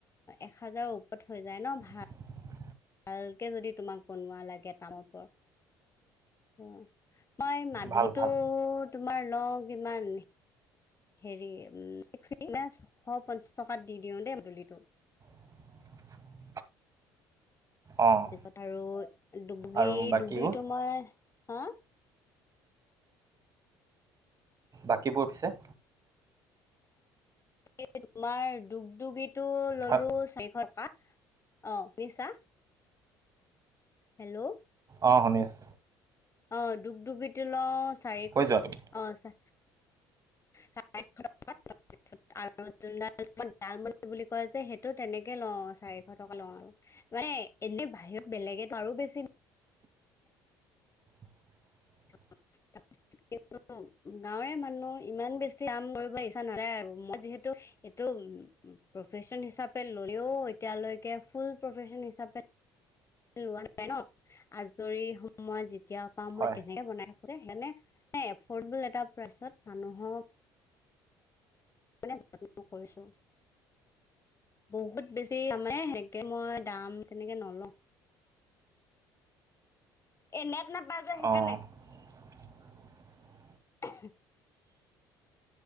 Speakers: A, on the left (about 30°); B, on the right (about 40°).
A: এক হাজাৰৰ ওপৰত হৈ যায় ন ভাল।
B: <inaudible>
A: ভালকে যদি তোমাক বনোৱা লাগে তামৰ পৰত অ। মই মাদুলটো
B: ভাল ভাল
A: তোমাৰ লওঁ কিমান। হেৰি ছিক্স এনে ছশ পঞ্চাছ টকাত দি দিওঁ দেই মাদুলিটো।
B: <inaudible> অঁ
A: তাৰপিছত আৰু দুগদুগী
B: আৰু বাকীবোৰ
A: দুগদুগীটো মই হা।
B: বাকীবোৰ পিছে।
A: এই তোমাৰ দুগদগিটো ললো
B: হয়
A: চাৰিশ টকা। অ নিছা। হেল্ল'।
B: অঁ শুনিছো
A: অ দুগ দুগিটো লওঁ চাৰিশ
B: কৈ যোৱা তুমি
A: অ চ <unintelligible> আৰুন ডালম বুলি কয় যে সেইটো তেনেকে লওঁ চাৰিশ টকা লওঁ আৰু মানে এনে বাহিৰত বেলেগ তো আৰু বেছি
B: <inaudible>
A: <inaudible> কি গাঁৱৰে মানুহ ইমান বেছি আম কৰিব ইচ্ছা নালায় আৰু মই যিহেতু এইটো প্ৰফেশচন হিচাপে ল'লেও এতিয়ালৈকে ফুল প্ৰফেচন হিচাপে লোৱা নাপাই ন আজৰি সময় যেতিয়া পাওঁ
B: হয়
A: মই তেনেকে বনাই থাকো যে সেই ন এফৰ্ডেবল এটা প্ৰাইচত মানুহক যত্ন কৰিছো বহুত বেছি মানে সেনেকে মই তেনেকে নল এ নেট নাপায় যে সেইকাৰণে
B: অঁ <inaudible>
A: <inaudible>